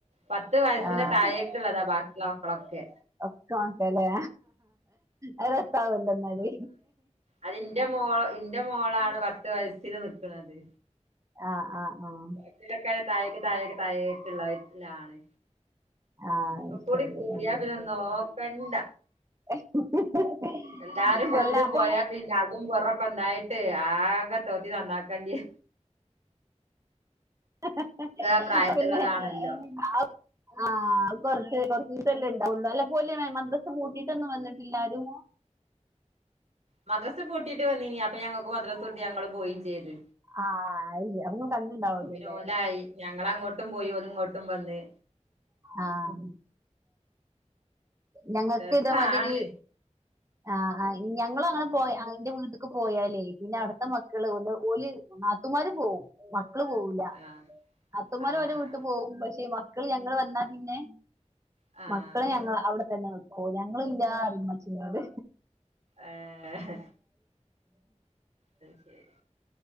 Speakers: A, on the right; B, on the right.
A: പത്ത് വയസ്സിന്
B: ആഹ്
A: താഴേക്ക്ള്ളതാ ബാക്കിള്ളമക്കളൊക്കെ
B: ഒക്കെ <unintelligible> ക്കലേ അത് രസായല്ലോന്നാല്
A: അയ്‌ലിൻ്റെ മോള് ഇൻ്റെ മോളാണ് പത്ത് വയസ്സില് നിക്ക്ണത്.
B: ആഹ് ആഹ് ആഹ്
A: ക്കിലൊക്കെ താഴേക്ക് താഴേക്ക് താഴേക്ക്ള്ളാവെ ലാണ്.
B: ആഹ് അത്
A: ഒക്കെകൂടി
B: ശരി
A: കൂട്യാ
B: ഉം
A: പിന്നെ നോക്കണ്ട.
B: <inaudible>
A: എല്ലാരും വന്ന്
B: അല്ല അപ്പൊ
A: പോയാ പിന്നെ അകും പൊറൊക്കൊന്നായിട്ട് ആകെ തോത്തി നന്നാക്കെണ്ട്യെ
B: അത്
A: ഒക്കെ പ്രായത്തിലുള്ളതാണല്ലോ
B: പിന്നെ ആ ആഹ് അത് കൊർച്ച് കൊർവ്വീസല്ലേ ണ്ടാവോള്ളൂ അല്ലപ്പോല് മൈ മദ്രസ്സ് പൂട്ടിയിട്ടൊന്നും വന്നിട്ടില്ലാരും.
A: മദ്രസ് പൂട്ടീട്ട് വന്നീനി അപ്പൊ ഞങ്ങക്ക് മദ്രാസൂട്ടി ഞങ്ങള് പോയിം ചെയ്ത്.
B: ആഹ് അയ്യ് അപ്പങ്ങള് കണ്ട്ണ്ടാവൂലല്ലേ.
A: പിന്നെ ഓലായി ഞങ്ങളങ്ങോട്ടും പോയി ഓല്ങ്ങോട്ടും വന്ന്.
B: ആഹ് ഞങ്ങക്കിതേമാതിരി
A: രസാണ്
B: ആഹ് ആഹ് ഞങ്ങൾ അങ്ങനെ പോയ ഇന്റെ വീട്ട്ക്ക് പോയാലേ പിന്നെ അവട്ത്തെ മക്കള് ഓല ഓല് നാത്തൂമാര് പോവും മക്കള് പോവൂല്ല
A: ആഹ്
B: നത്തൂമാര്
A: ആഹ്
B: അവരെ വീട്ട് പോവും പക്ഷേ മ ക്കള് ഞങ്ങൾ വന്നാ പിന്നെ
A: ആഹ്
B: മക്കള് ഞങ്ങ അവടെത്തന്നെ നി ഓല് ഞങ്ങളില്ലറിം ഇമ്മച്ചിനോട്
A: ഏഹ് അയ് ശെരി